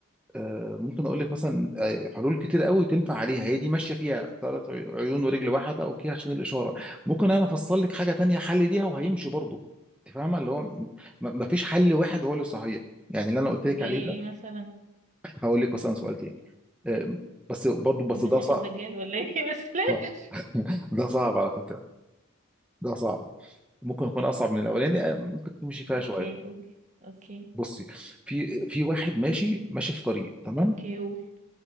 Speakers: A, in the centre; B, on the right.
A: آه، ممكن اقول لك مثلا آه، حلول كتير قوي تنفع عليها
B: مم.
A: هي دي ماشيه فيها ثلاث عيون ورجل واحده اوكي عشان الاشاره ممكن انا افصل لك حاجه تانية حل ليها وهيمشي برضه انت فاهمه اللي هو م- ما فيش حل واحد هو اللي صحيح يعني اللي انا قلت
B: زي
A: لك عليه
B: ايه
A: ده
B: مثلا
A: هقول لك مثلا سؤال تاني آه، بس برضه بس
B: المسيح
A: ده صعب
B: الدجال ولا ايه <laughs> بس لاش
A: آه، <laughs> ده صعب على فكره ده صعب ممكن يكون اصعب من الاولاني آه، ممكن تمشي فيها
B: اوكي
A: شويه
B: قول اوكي
A: بصي في في واحد ماشي ماشي في طريق تمام
B: اوكي قول